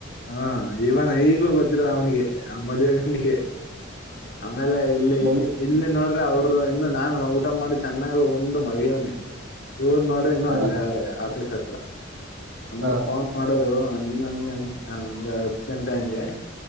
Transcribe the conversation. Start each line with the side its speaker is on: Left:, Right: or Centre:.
Left: ಹ ಇವನ್ ಈಗ್ಲೂ ಗೊತ್ತಿರ ಅವನಿಗೆ ಆ ಮದುವೆಗಣ್ಣಿಗೆ ಆಮೇಲೆ ಇಲ್ಲಿ
Right: ಮದ್-
Left: ಇಲ್ಲಿ ನೋಡ್ರೆ ಅವರು ಇನ್ನು ನಾನು ಊಟ ಮಾಡಿ ಚೆನ್ನಾಗ ಉಂಡು ಮಲ್ಗ್ಯವನಿ ದೂರ್ ನೋಡ್ರಿ ಇನ್ನು
Right: ಹಾ
Left: ಅಲ್ಲೇ ಅವ್ರೆ ಆಫೀಸ್ ಹತ್ರ ಆಮೇಲೆ
Right: ಹಾ
Left: ಫೋನ್ ಮಾಡು ನ ಒಂದು ಹತ್ತು ಗಂಟೆ ಹಂಗೆ